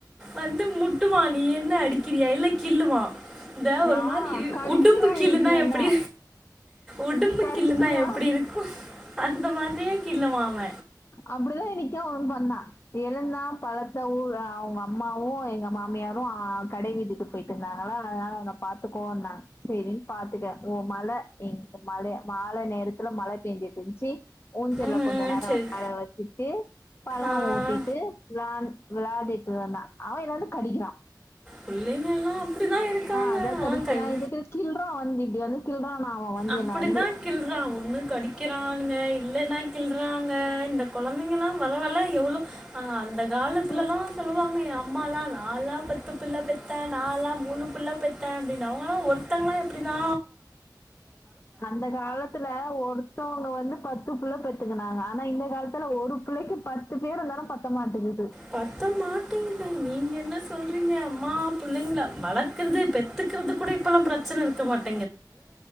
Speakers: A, in the centre; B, on the left (about 35°).
A: வந்து முட்டுமா நீ என்ன அடிக்கிறியா இல்ல கிள்ளுவா இந்த ஒரு
B: நான்
A: மாரி
B: கடிக்கிறான்
A: உடும்பு கில்லுன்ன
B: இன்னைக்கு
A: எப்டி
B: என்ன
A: உடும்பு
B: கடிச்சிட்டு
A: கிள்ளுனா
B: இருக்கான்
A: எப்டி இருக்கு அந்த மாதிரியே கிள்ளுவா அவ
B: அப்டிதா இன்னிக்கு அவன் பண்ணான் எழுந்தா பழத்த ஊர் அவுங்கம்மாவு எங்க மாமியாரு ஆ கடை வீதிக்கு போயிட்டிருந்தாங்களா அதனால அவன பாத்துக்கோ நா செரின் பாத்துக்க ஓ மல இங்க மழய மாலை நேரத்துல மழ பேயஞ்சுட்டிர்ன்ச்சி ஊஞ்சல்ல
A: ம்,
B: கொஞ்ச நேரோ
A: சரி
B: அழ வச்சிட்டு பழோ
A: ஆ
B: ஊட்டிட்டு விளான் விளாடீட்டிருந்தா அவ என்னவந்து கட்டிக்கிறான்
A: புள்ளைங்கல்லா அப்டிதா இருக்காங்க
B: அத
A: ஆ
B: கடிக்கிறான்
A: கைய
B: இதுக்கு கில்றான் வந்து இப்படி வந்து கில்றான் அவன் வந்து
A: அப்புடிதா
B: என்ன வந்து
A: கில்றான் ஒண்ணு கடிக்கிறானுங்க இல்லன்னா கில் இந்த குழந்தைங்கலா பரவால்ல எவ்வளோ அ அந்த காலத்துலல்லா
B: ஆ
A: சொல்லுவாங்க ஏன் அம்மாலாம் நாலா பத் புள்ள பெத்த நாலா மூணு புள்ள பெத்தே அப்டின்னு அவுங்கல்லா ஒருத்தங்களா எப்படிதா
B: அந்த காலத்துல ஒருத்தவங்க வந்து பத்து புள்ள பெத்துக்குனாங்க ஆனா இந்த காலத்துல ஒரு பிள்ளைக்கு பத்து பேர் இருந்தாலும் பத்த மாட்டேங்கு
A: பத்த மாட்டேங்குது நீங்க என்ன சொல்றீங்க அம்மா புள்ளைங்களா வளக்கறது பெத்துக்கிறது கூட இப்பல்லா பிரச்சன இருக்க மாட்